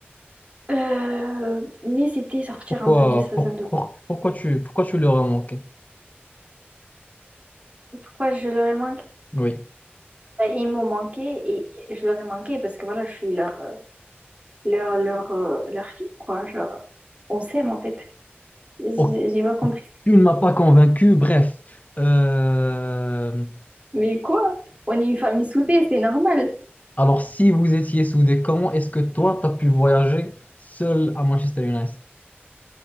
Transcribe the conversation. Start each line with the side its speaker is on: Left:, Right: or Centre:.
Right: Euh, mais c'était sortir
Left: Pourquoi,
Right: un peu de sa
Left: pour-
Right: zone de confort.
Left: pour- pourquoi tu, pourquoi tu leur as manqué?
Right: Pourquoi je leur ai manqué?
Left: Oui.
Right: Bah, Ils m'ont manqué et je leur ai manqué parce que voilà, je suis leur, euh, leur, leur, euh, leur fille, quoi. Genre, on s'aime, en fait. J'ai
Left: aucune
Right: j'ai pas compris.
Left: tu ne m'as pas convaincu. Bref. Euh,
Right: Mais quoi? On est une famille soudée, c'est normal.
Left: Alors, si vous étiez soudés, comment est-ce que toi, tu as pu voyager seul à Manchester United?